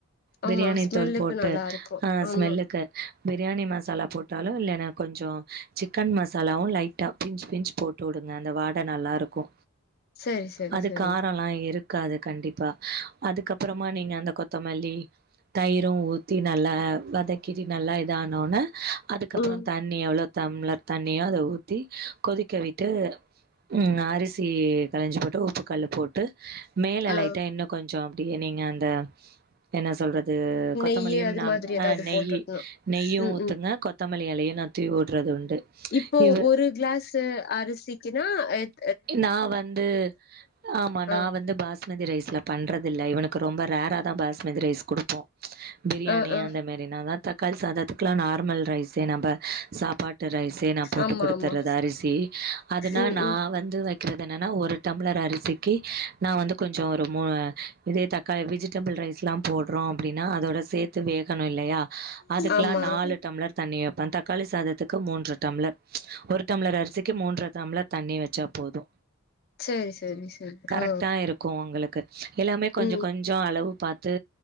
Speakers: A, on the left (about 45°); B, on the right (about 45°).
A: ஆமா
B: பிரியாணி
A: ஸ்மெல்லுக்கு
B: தூள் போட்டு
A: நல்லா இருக்கு
B: ஆ
A: ஆமா
B: ஸ்மெல்லுக்கு பிரியாணி மசாலா போட்டாலு இல்லனா கொஞ்சோ சிக்கன் மசாலாவு லைட்டா பின்ச் பின்ச் போட் டுடுங்க அந்த வாட நல்லாருக்கு
A: <inaudible> சேரி
B: அது
A: சேரி
B: காரோலா இருக்காது கண்டிப்பா அதுக்கப்றமா நீங்க அந்த கொத்தமல்லி தயிரு ஊத்தி நல்ல வதக்கறி நல்லா இதானோன அதுக்கப்றோ
A: ம்
B: தண்ணி எவ்ளோ தம்ளர் தண்ணியோ அத ஊத்தி கொதிக்க விட்டு ம் அரிசி கலஞ்சி போட்டு உப்பு கல்லு போட்டு மேல
A: ஆ
B: லைட்டா இன்னு கொஞ்சோ அப்டியே நீங்க அந்த என்ன சொல்ற து கொத்தமல்லியும்
A: நெய்யி அது
B: நாம்
A: மாதிரி ஏதாவது
B: நெய்யி
A: போட்டுட்ணு
B: நெய்யு
A: ம்
B: ஊத்துங்க
A: ம்
B: கொத்தமல்லி இலயு நா தூவி விட்றது உண்டு
A: இப்போ
B: இ
A: ஒரு க்ளஸ் து அரிசிக்குனா எத்
B: நா வந்து ஆமா நா
A: ஆ
B: வந்து பாஸ் மதி ரைஸ்ல பண்றது இல்ல இவனுக்கு ரொம்ப ரேரா தா பாஸ்மதி ரைஸ் குடுப்போ பிரியாணி
A: ஆ ஆ
B: அந்தமாரினா தா தக்காளி சாதத்துக்குலா நார்மல் ரைஸே நம்ப சாப்பாட் டு ரைஸே நா போட்டு
A: ஆமா
B: குடுத்துறது
A: ஆமா
B: அரிசி அதனா
A: ம்
B: நா
A: ம்
B: வந் து வைக்கிறது என்னன்னா ஒரு டம்ளர் அரிசிக்கு நா வந்து கொஞ்சோ ஒரு மூ இதே தக்காளி வெஜிடபிள் ரைஸ் லா போட்றோ அப்டின்னா அதோட சேத் து வேகணு இல்லையா அதுக்குலா
A: ஆமா
B: நாலு டம்ளர் தண்ணி வைப்ப தக்காளி சாதத்துக்கு மூன்று டம்ளர் ஒரு டம்ளர் அரிசிக்கு மூன்று டம்ளர் தண்ணி வச்சாப் <inaudible> போது
A: சேரி சேரி சேரி
B: கரெக்டா
A: ஆ
B: இருக்கு உங்களுக்கு எல்லாமே கொஞ்சோ
A: ம்
B: கொஞ் சோ அளவு பாத்து